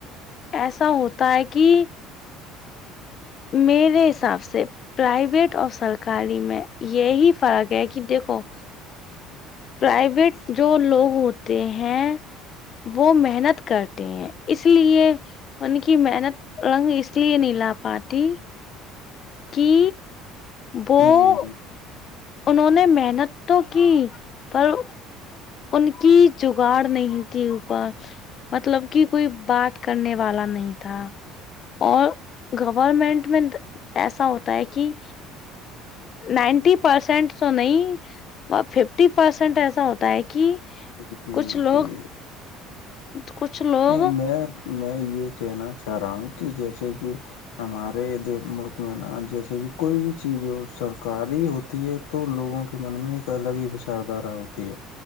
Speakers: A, on the left; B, on the left.
A: ایسا ہوتا ہے کہ میرے حساب سے پرائیویٹ اور سرکاری میں یہی فرق ہے کہ دیکھو پرائیویٹ جو لوگ ہوتے ہیں وہ محنت کرتے ہیں اس لیے انن کی محنت رنگ اس لیے نہیں لا پاتی <unintelligible> کہ وہو
B: جی
A: <unintelligible> انہوں نے محنت تو کی پر ان کی جگاڑ نہیں تھی اوپر مطلب کہ کوئی بات کرنے والا نہیں تھا اور گورنمنٹ میں ایسا ہوتا ہے کہ نائنٹی پرسینٹ تو نہیں ب ففٹی پرسینٹ ایسا ہوتا ہے کہ
B: جی جی
A: کچھ لوگ
B: جی <unintelligible>
A: کچھ لوگ
B: نہیں میں میں یہ کہنا چاہ رہا ہوں کہ جیسے کہ ہمارے د ملک میں نا جیسے بھی کوئی بھی چیز ہو سرکاری ہوتی ہے تو لوگوں کے من میں ایک الگ ہی بچاردھارا ہوتی ہے